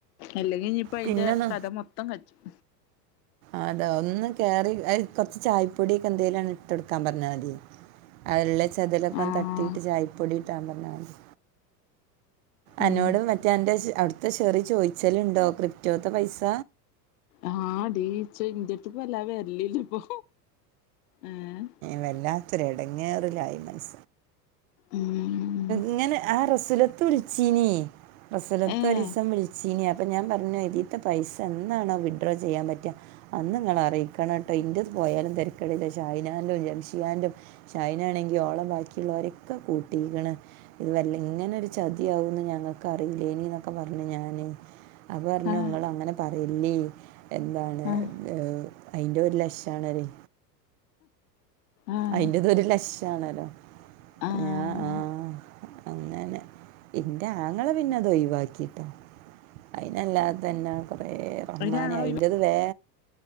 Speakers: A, on the left; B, on the right.
A: അല്ലെങ്കി ഞിപ്പ അയിൻ്റെ
B: പിന്നൊന്ന്
A: കഥ മൊത്തം കജും
B: അതെ ഒന്ന് കയറി അ കുറച്ച് ചായ പൊടീക്കെ എന്തെലുണ് ഇട്ട് കൊടുക്കാൻ പറഞ്ഞാൽ മതി അതെ ല്ലെ ചെതലൊക്ക
A: ആഹ്
B: തട്ടിട്ട് ചായപ്പൊടി റ്റമ്പറഞ്ഞ മതി അനോടും
A: ഉം
B: മറ്റേ അന്റെ ശ് അവിടു ത്തെ ഷെറി ചോദിച്ചല്ണ്ടോ ക്രിപ്റ്റോത്തെ പൈസ
A: ആഹ് ടീ ച്ചെ ഇ ജെടുത്ത് വല്ലാതെ വരലില്ല ഇപ്പൊ ഏഹ്
B: വല്ലാത്തൊരു ഇടങ്ങേറിലായി <unintelligible>
A: ഉം
B: ഇങ്ങനെ ആ റസ്സില തുളച്ചീന് പ്രസരത്ത
A: ഏഹ്
B: ഒരുരിസം വിളിച്ചീന അപ്പൊ ഞാൻഞ്ഞു ത്തെ പൈസ എന്നാണോ വിഡ്രോ ചെയ്യാൻ പറ്റും അന്ന് നിങ്ങള അറിയിക്കണം കേട്ടോ ഇന്ത്യത്ത് പോയാലും തിരക്കടയില ഷായി നാന്റും ജംഷിയാൻറും ഷായി നാ ണെങ്കിൽ ഓളം ബാക്കിയുള്ളവരൊക്കെ കൂട്ട കിട്ടീ ഇത് വല്ല ഇങ്ങനെ ഒരു ചതിയാകന്ന് ഞങ്ങൾക്ക് അറിയില്ലേന എന്നൊക്കെ പറഞ്ഞഞ് ഞാനേ അവ പറഞ്ഞു
A: ആഹ്
B: നിങ്ങൾ അങ്ങനെ പറയില്ല <unintelligible> എന്താണ്
A: ആഹ്
B: ഏ. അയിന്റെ ലക്ഷണരി
A: ആഹ്
B: അയിന്റെ തൊരു ലക്ഷ <unintelligible>
A: ആഹ്
B: ഞാ ആഹ അങ്ങനെ എന്റെ ആങ്ങളെ പിന്നെ അത് ഒഴിവാക്കിട്ടോ അയിനല്ലാതെ തന്നെ കുറേ റഹ്മാനെ
A: ഒര് ആങ്ങള
B: അയിന്റേത്
A: ഒഴിവാ
B: വേ